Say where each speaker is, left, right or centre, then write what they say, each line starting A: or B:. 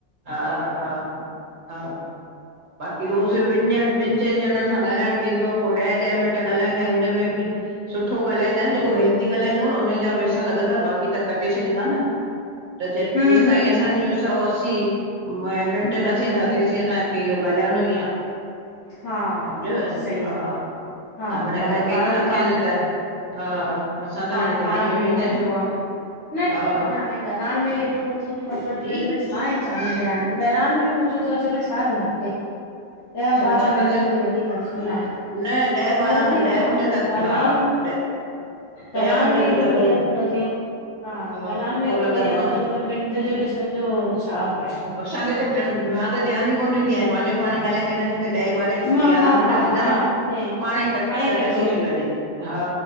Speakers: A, on the right; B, on the left.
A: हा हा हा बाक़ी रोज़ ॿिनि ॼणनि ॿिनि चइनि ॼणनि सां ॻाल्हाइणु थींदो आहे पोइ ॾह ॾह मिंट ॻाल्हाईायूं हुनम में बि सुठो ॻाल्हाईंदा आहिनि जेको हेल्दी ॻाल्हाईंदो न हुनजा पैसा लॻंदा बाक़ी त कटे छॾींदा न त जेसि
B: हम्म
A: ताईं
B: हम्म
A: असांज
B: हम्म
A: सौ असी मटे न थींदा
B: हम्म
A: तेस जिंअ असांखे इहो ॻाल्हाइणो ई आहे
B: हा
A: सम्झव
B: उहो त सही
A: हा
B: आहे हा
A: त हाणे अलाए
B: ॿारहं
A: केतिरा
B: ॿारहं
A: थिया आहिनि त हा असां त
B: बारां
A: हाणे ध्यानु
B: बारह मिंट
A: कोन ॾींदा आहियूं
B: जोआ न
A: हा
B: ठिक न हाणे दलाण में एॾो हू तो थे अची
A: जी
B: वञे हा इंसानु ध्यानु ॻालाइण में मजो थो अचे त छा ध्यानु ॾे। ॾह
A: छा
B: ॿारहं
A: छा
B: मिंट
A: था चओ
B: कोई वॾी ॻाल्हि छो न आहे,
A: न ॾह
B: पऱ
A: ॿारहं
B: दीदी
A: मिंट ॾह
B: शामु
A: मिंट त
B: ॻाल्हाइणन।
A: हा ॾह
B: गलायड़
A: ॾह मिंट
B: में एडो
A: त ज़रूरु
B: बड़ीया तो लॻे। हा, गालायण
A: सुठो
B: में हेत्रो
A: लॻंदो
B: बढ़िया
A: आहे
B: थो
A: न
B: लॻे त मिंट जो ॾिसण जो छा फायदो।
A: असांखे दंद मां ध्यानु ई कोन ॾी आहियां पंहिंजोपाण ॻाल्हाईंदे ॻ्हंदे ॾहे ॿारहें
B: मां
A: यारह
B: हा
A: मिंट
B: हा
A: थींदा
B: हा
A: एन
B: ईअं
A: पाण ई, कट
B: पाणे
A: कट्
B: कटिजी
A: थो थी वञे हा